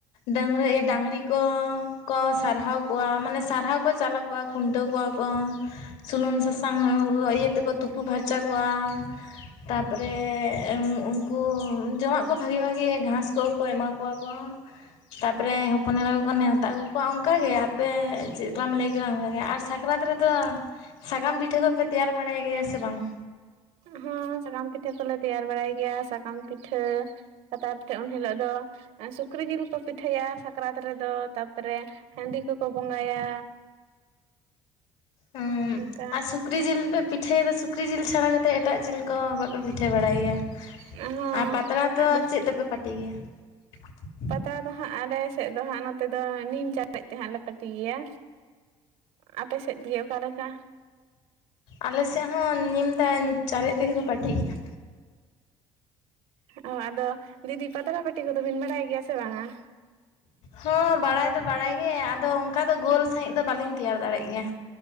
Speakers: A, on the left; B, on the right.
A: ᱰᱟᱝᱜᱽᱨᱟᱹ ᱮ ᱰᱟᱝᱨᱤ ᱠᱚ ᱥᱟᱨᱦᱟᱣ ᱠᱚᱣᱟ ᱢᱟᱱᱮ ᱥᱟᱨᱦᱟᱣ ᱠᱚ ᱪᱟᱞ ᱟᱠᱚᱣᱟ᱾ ᱠᱷᱩᱱᱴᱟᱹᱣ ᱠᱚᱣᱟ ᱠᱚ᱾ ᱥᱩᱱᱩᱢ ᱥᱟᱥᱟᱝ ᱤᱭᱟᱹ ᱛᱮᱠᱚ ᱛᱩᱯᱩ ᱯᱷᱟᱨᱪᱟ ᱠᱚᱣᱟ᱾ ᱛᱟᱯᱚᱨᱮ ᱮ ᱩᱱᱠᱩ ᱡᱚᱢᱟᱜ ᱠᱚ ᱵᱷᱟᱜᱮ ᱵᱷᱟᱜᱮ ᱜᱷᱟᱸᱥ ᱠᱚᱠᱚ ᱮᱢᱟ ᱠᱚᱣᱟ ᱠᱚ᱾ ᱛᱟᱨ ᱯᱚᱨᱮ ᱦᱚᱯᱚᱱ ᱮᱨᱟ ᱠᱚ ᱠᱚ ᱱᱮᱣᱛᱟ ᱟᱜᱩ ᱠᱚᱣᱟ ᱚᱱᱠ ᱜᱮ ᱟᱯᱮ ᱪᱮᱫ ᱞᱮᱠᱟᱢ ᱞᱟᱹᱭ ᱠᱮᱫᱟ ᱚᱱᱠᱟ ᱜᱮ ᱟᱨ ᱥᱟᱠᱨᱟᱛ ᱨᱮᱫᱚ ᱥᱟᱠᱟᱢ ᱯᱤᱴᱷᱟᱹ ᱠᱚᱯᱮ ᱛᱮᱭᱟᱨ ᱵᱟᱲᱟᱭ ᱜᱮᱭᱟ ᱥᱮ ᱵᱟᱝ?
B: ᱦᱚᱸ ᱥᱟᱠᱟᱢ ᱯᱤᱴᱷᱟᱹ ᱠᱚᱞᱮ ᱛᱮᱭᱟᱨ ᱵᱟᱲᱟᱭ ᱜᱮᱭᱟ᱾ ᱥᱟᱠᱟᱢ ᱯᱤᱴᱷᱟᱹ᱾ ᱟᱨ ᱛᱟᱨᱯᱚᱨᱮ ᱩᱱ ᱦᱤᱞᱳᱜ ᱫᱚ ᱮᱸ ᱥᱩᱠᱨᱤ ᱡᱤᱞ ᱠᱚ ᱯᱤᱴᱷᱟᱹᱭᱟ ᱥᱟᱠ ᱠᱨᱟᱛ ᱨᱮᱫᱚ ᱛᱟᱯᱚᱨᱮ ᱦᱟᱺᱰᱤ ᱠᱚᱠᱚ ᱵᱚᱸᱜᱟᱭᱟ᱾
A: ᱦᱩ
B: ᱚᱱᱠᱟ
A: ᱟᱨ ᱥᱩᱠᱨᱤ ᱡᱤᱞ ᱯᱮ ᱯᱤᱴᱷᱟᱹᱭᱟ ᱫᱚ᱾ ᱥᱩᱠᱨᱤ ᱡᱤᱞ ᱪᱷᱟᱲᱟ ᱜᱮᱛ ᱛᱮ ᱮᱴᱟᱜ ᱡᱤᱞ ᱠᱚ ᱵᱟᱯᱮ ᱯᱤᱴᱷᱟᱹ ᱵᱟᱲᱟᱭ ᱜᱮᱭᱟ
B: ᱦᱚᱸ
A: ᱟᱨ ᱯᱟᱛᱲᱟ ᱫᱚ
B: ᱟᱫᱚ
A: ᱪᱮᱫ ᱛᱮᱯᱮ ᱯᱟᱹᱴᱤ ᱜᱮᱭᱟ? <inaudible>
B: ᱯᱟᱛᱲᱟ ᱫᱚ ᱦᱟᱸᱜ ᱟᱞᱮ ᱥᱮᱫ ᱫᱚ ᱦᱟᱸᱜ ᱱᱚᱛᱮ ᱫᱚ ᱱᱤᱢ ᱪᱟᱯᱮᱡ ᱛᱮ ᱦᱟᱸᱜ ᱞᱮ ᱯᱟᱹᱴᱤ ᱜᱮᱭᱟ᱾ ᱟᱯᱮ ᱥᱮᱫ ᱜᱮ ᱚᱠᱟ ᱞᱮᱠᱟ?
A: ᱟᱞᱮ ᱥᱮᱫ ᱦᱚᱸ ᱱᱤᱢ ᱫᱟᱧ ᱪᱟᱨᱮᱡ ᱛᱮᱜᱮ ᱠᱚ ᱯᱟᱹᱴᱤ ᱜᱮᱭᱟ᱾
B: ᱚ ᱟᱫᱚ ᱫᱤᱫᱤ ᱯᱟᱛᱲᱟ ᱯᱟᱹᱴᱤ ᱠᱚᱫᱚ ᱵᱤᱱ ᱵᱟᱲᱟᱭ ᱜᱮᱭᱟ ᱥᱮ ᱵᱟᱝᱟ?
A: ᱦᱚᱸ ᱵᱟᱲᱟᱭ ᱫᱚ ᱵᱟᱲᱟᱭ ᱜᱮ ᱟᱫᱚ ᱠᱟ ᱫᱚ ᱜᱳᱞ ᱥᱟᱹᱦᱤᱡ ᱫᱚ ᱵᱟᱞᱤᱧ ᱛᱮᱭᱟᱨ ᱫᱟᱲᱮᱜ ᱜᱮᱭᱟ᱾